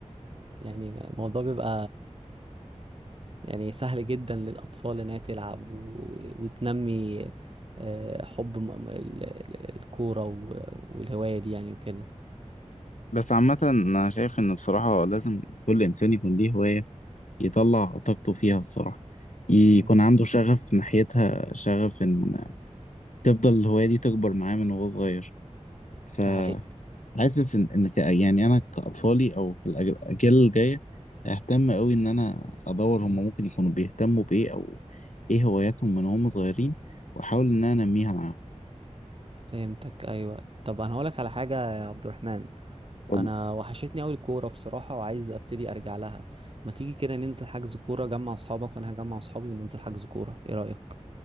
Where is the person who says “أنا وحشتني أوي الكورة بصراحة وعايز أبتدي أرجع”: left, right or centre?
Right